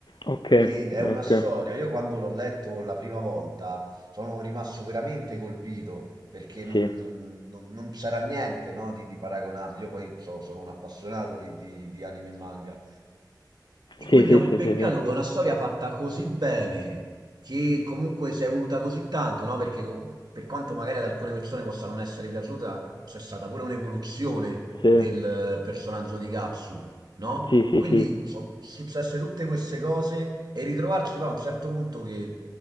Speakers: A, on the left; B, on the right.
A: Okay,
B: Ed è una
A: okay.
B: storia. Io quando l'ho letto la prima volta sono rimasto veramente colpito perché non,
A: Sì.
B: non- non c'era niente, no, di, di paragonabile. Io poi so- sono un appassionato di, di- di anime e manga. E quindi
A: Sì, sì,
B: è un
A: sì,
B: peccato
A: sì, sì.
B: che una storia fatta così bene, che comunque si è evoluta così tanto, no? Perché co- per quanto magari ad alcune persone possa non essere piaciuta, c'è stata pure un'evoluzione
A: Sì,
B: del eh, personaggio di Gatsu, no?
A: sì, sì,
B: Quindi
A: sì.
B: sono successe tutte queste cose e ritrovarci poi a un certo punto che